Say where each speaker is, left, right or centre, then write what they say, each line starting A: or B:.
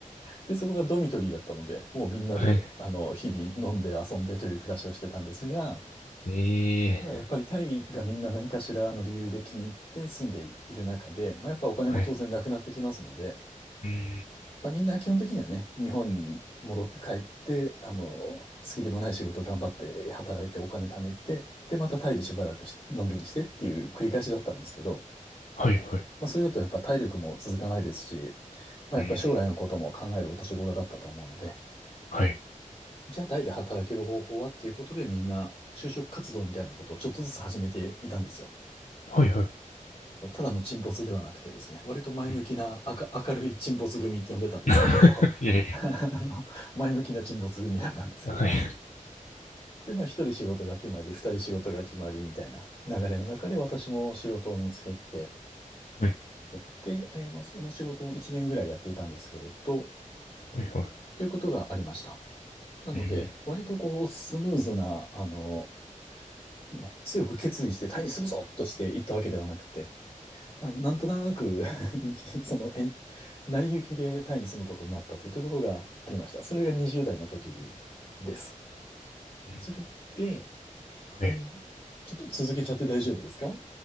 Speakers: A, on the left; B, on the left.
A: で、そこがドミトリーだったので、もうみんなで、
B: はい。
A: あの、日々飲んで遊んでという暮らしをしてたんですが、
B: ええ、
A: まあ、やっぱりタイがみんな何かしらの理由で気に入って住んでいる中で、まあ、やっぱお金も当然なくなってきますので、
B: はい。うん。
A: まあ、みんな基本的にはね、日本に戻って帰って、あの、好きでもない仕事を頑張って働いてお金貯めて、で、またタイでしばらくしのんびりしてっていう繰り返しだったんですけど、
B: はいはい。
A: まあ、それだとやっぱ体力も続かないですし、まあ、
B: うん。
A: やっぱり将来のことも考えるお年頃だったと思うので、
B: はい。
A: じゃあタイで働ける方法はっていうことでみんな就職活動みたいなことをちょっとずつ始めていたんですよ。
B: はいはい。
A: ただの沈没ではなくてですね、割と前向きな、
B: うん
A: あか明るい沈没組って呼んでたんですけど、
B: <laughs> いやい
A: <laughs> あの前向きな沈没組だったんですけれど。
B: や。はい
A: で、まあ一人仕事が決まり、二人仕事が決まりみたいな流れの中で私も仕事を見つけて、
B: はい。
A: えで、えーまあ、その仕事を一年ぐらいやっていたんですけれど、えということがありました。
B: はいはい。
A: なので、
B: うん。
A: 割とこう、スムーズな、あの、ね、強く決意してタイにするぞとしていったわけではなくて、あの、なんとなく <laughs> 延期その、延成り行きでタイに住むことになったというところがありました。それが20代の時です。
B: うん
A: それで、
B: はい。
A: えーちょっと続けちゃって大丈夫ですか